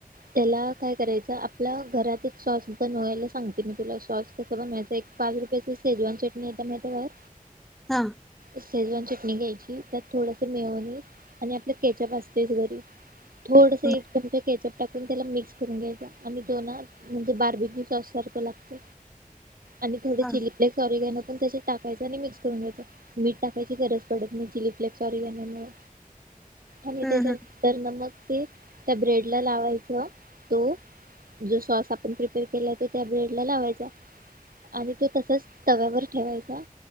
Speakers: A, on the right; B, in the centre.
A: त्याला काय करायचं आपल्या घरात एक सॉस बनवायला सांगते मी तुला सॉस कसं बनवायचं एक. पाच रुपयाची सेजवान चटणी एत्या माहितय बाळ.
B: हा,
A: सेजवान चटणी घ्यायची त्यात थोडसं मेयोनिज. आणि आपलं केचप असतेच घरी थोडस
B: बर
A: एक चमचा केचप. टाकून त्याला मिक्स करून घ्यायचा आणि तोन म्हणजे बार्बिकु सॉसारखं लागत. आणि थोड
B: हा
A: चिली फ्लेक्स ऑ रीगॅनो पण त्याच्यात टाकायचं आणि मिक्स करून घ्यायचं. मीठ टाकायची गरज पडत नाही चिली फ्लेप व ऑरीगॅनो मुळ. आणि
B: हम्म
A: त्याच्यानंतर
B: हम्म
A: ना मग ते त्या ब्रेडला लावायचं तो. जो सॉस आपण प्रिपेअर केलाय तो त्या ब्रेड लावायचा. आणि तो तसच तव्यावर ठेवायचा.